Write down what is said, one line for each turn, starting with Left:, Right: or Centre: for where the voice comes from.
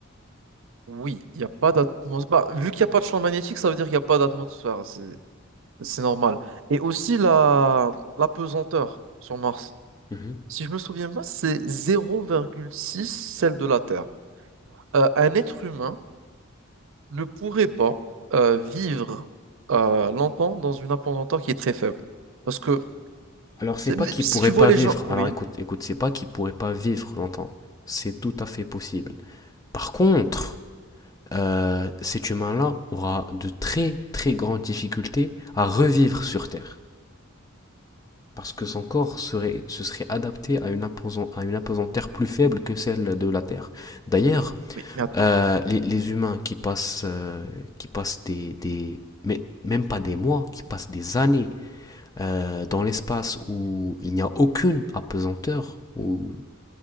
Right: Oui, il n'y a pas d'atmosphère. Bah, vu qu'il n'y a pas de champ magnétique, ça veut dire qu'il n'y a pas d'atmosphère. C'est, c'est normal. Et aussi la, la pesanteur sur Mars.
Left: Mhm.
Right: Si je me souviens bien, c'est zéro virgule six celle de la Terre. Euh, un être humain ne pourrait pas euh, vivre euh, longtemps dans une pesanteur qui est très faible. Parce que
Left: Alors c'est
Right: T'es-
Left: pas
Right: mais
Left: qu'il
Right: Si
Left: pourrait
Right: tu vois
Left: pas
Right: les
Left: vivre.
Right: gens, oui.
Left: Alors écoute, écoute, c'est pas qu'il pourrait pas vivre longtemps. C'est tout à fait possible. Par contre, euh, cet humain-là aura de très très grandes difficultés à revivre sur Terre. parce que son corps serait, se serait adapté à une, aposan- à une apesanteur plus faible que celle de la Terre. D'ailleurs,
Right: Oui, mais att-
Left: euh, les, les humains qui passent, euh, qui passent des, des, mais même pas des mois, qui passent des années euh, dans l'espace où il n'y a aucune apesanteur, où